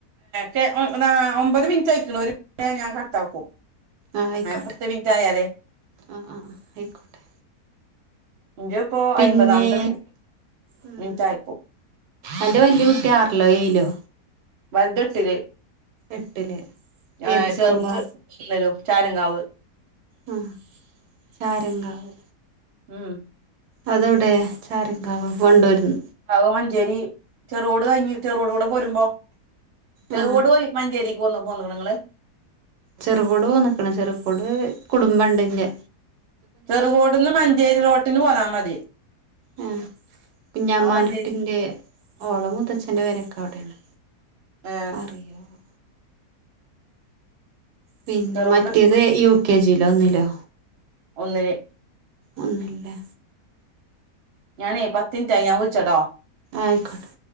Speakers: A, on the right; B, on the right.
A: കെ ആ ഒമ്പത് മിനിറ്റായി ഒരു മിൻ്റ്റൂടി ആയാ ഞാൻ കട്ടാക്കും
B: ആയിക്കോട്ടെ
A: പത്ത് മിനിറ്റ് ആയാലേ
B: ആ ആ ആ ആയിക്കോട്ടെ
A: ഇൻ്റെ ഇപ്പോ
B: പിന്നെ
A: അയ്മ്പാതാമെത്തേ മിൻ
B: ഉം
A: മിൻറ്റായിപ്പാ
B: അന്റെ വല്ല്യാ കുട്ടി ആറിലോ ഏഴിലോ
A: വല്ത് എട്ടില്
B: എട്ടില്
A: എങ
B: ഏത് സ്കൂളാ
A: ചെറ്ത് <unintelligible> ചാരങ്കാവ്
B: ആ ചാരങ്കാവ്
A: ഉം
B: അതെവെടായാ ചാരങ്കാവ് വണ്ടുര്ന്ന്
A: ഭാഗം മാഞ്ചേരി ചെറ് റോഡ് കായിഞ്ഞ് ചെറുറോഡുടെ പോരുമ്പോ ചെറ്ടെ
B: ആ
A: വഴി മഞ്ചേരി പോണ് പോന്ന് ക്ക്ണൊ നിങ്ങള്
B: ചെറുപോട് വന്നിക്കാണ് ചെറുപോട് കുടുംബേണ്ട് എൻ്റേ
A: ചെറ്കോട്ന്ന് മഞ്ചേരി റോട്ടിന് പോന്നാ മതി
B: ആ കുഞ്ഞാമാന്റുട്ടിന്റെ
A: ആ മഞ്ചേരി
B: ഓളെ മൂത്തച്ഛൻ്റെ പെരൊക്കെ അവടേണ്.
A: ആ
B: അറിയോ വോ പിന്നെ
A: ചെറുകോട്
B: മറ്റേത് യു കെ ജി യിലോ ഒന്നിലോ?
A: ഒന്നില്
B: ഒന്നില
A: ഞാനേ പത്തിൻറ്റായി ഞാൻ വിളിച്ചട്ടോ
B: ആയിക്കോട്ടെ